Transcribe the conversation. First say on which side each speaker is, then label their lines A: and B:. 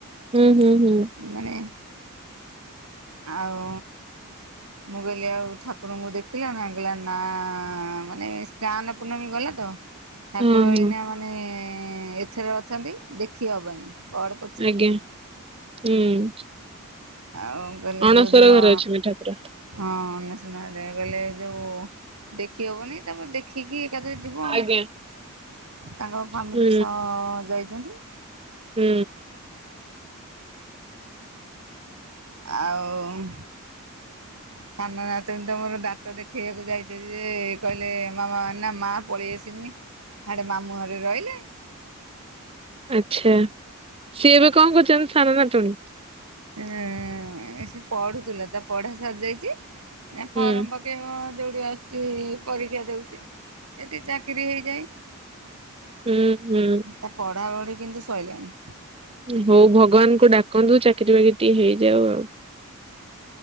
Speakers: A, on the right (about 25°); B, on the right (about 85°).
A: ହୁଁ ହୁଁ ହୁଁ
B: ମାନେ ଆଉ। ମୁଁ କହିଲି ଆଉ ଠାକୁରଙ୍କୁ ଦେଖିଲାଣି, କହିଲା ନା ମାନେ ଗାନ ପୂର୍ଣ୍ଣମୀ ଗଲେ ତ ଠାକୁର
A: ହଁ
B: ଏଇନା
A: ହଁ
B: ମାନେ, ଏଥରେ ଅଛନ୍ତି, ଦେଖି ହେବନି ପଢ଼ ପଛେ
A: ଆଜ୍ଞା ହୁଁ।
B: ଆଉ ଗଲେ
A: ଅଣସର
B: ଯେଉଁଦିନ,
A: ଘରେ ଅଛନ୍ତି ଠାକୁର
B: ହଁ ଅନସନାରେ ଗଲେ ଯେଉଁ ଦେଖି ହବନି, ତାପରେ ଦେଖିକି ଏକାଥରେ ଯିବ ଆଉ।
A: ଆଜ୍ଞା
B: ତାଙ୍କ ଫାମିଲି
A: ହୁଁ
B: ସହ ଯାଇଛନ୍ତି?
A: ହୁଁ।
B: ଆଉ
A: <inaudible>
B: ସାନ ନାତୁଣୀ ତ ମୋର, ଦାନ୍ତ ଦେଖେଇକୁ ଯାଇଛ ଯେ, କହିଲେ ନା ମା ପଳେଇ ଆସିମି ହାଡ଼େ ମାମୁଁ ଘରେ ରହିଲେ
A: ଆଚ୍ଛା ସିଏ ଏବେ କଣ କରୁଛନ୍ତି, ସାନ ନାତୁଣୀ?
B: ଉ ସେ ପଢୁଥିଲା ତା ପଢା ସରିଯାଇଛି, ଆ ଫର୍ମ
A: ହୁଁ
B: ପା ଯୋଉଠି ଆସୁଛି ପରୀକ୍ଷା ଦଉଛି। ଏଠି ଚାକିରିୀ ହେଇଯାଏ
A: ହୁଁ ହୁଁ।
B: ତା ପଢ଼ାପଢ଼ି କିନ୍ତୁ ଶୋଇିଲାଣି।
A: ହଉ ଭଗବାନ କୁ ଡାକନ୍ତୁ, ଚାକିରି ବାକିରି ଟିକେ ହେଇଯାଉ ଆଉ।